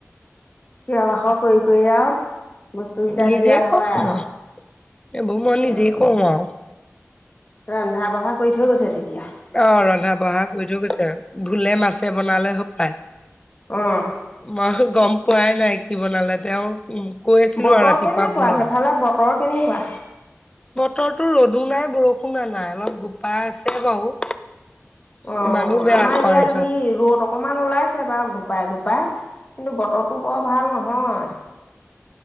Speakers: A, on the left; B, on the left.
A: চিঞৰ বাখৰ কৰি, কৰি আৰু। বস্তুকেইটা
B: নিজে
A: দিয়া
B: কওঁ
A: হয়, আৰু
B: মই এইবোৰ মই নিজেই
A: অ'।
B: কওঁ আৰু
A: ৰন্ধা বঢ়া কৰি থৈ গৈছে তেতিয়া।
B: অ', ৰন্ধা বঢ়া কৰি থৈ গৈছে, ভোলে, মাছে বনালে হ'ব পায়।
A: অ
B: মই গম পোৱাই নাই কি বনালে তেওঁ? উম, কৈছিলোঁ
A: বতৰ
B: আৰু ৰাতিপুৱা
A: কেনেকুৱা
B: ভোলৰ
A: সেইফালে
B: কথা।
A: বতৰ কেনেকুৱা
B: বতৰটো ৰ'দো নাই, বৰষুণো নাই অলপ গোপাই আছে বাৰু।
A: অ',
B: ইমানো বেয়া
A: আমাৰ
B: কয়
A: ইয়াত আহি ৰ'দ অকমান ওলাইছে বাৰু গোপাই, গোপা পাই কিন্তু বতৰটো বৰ ভাল নহয়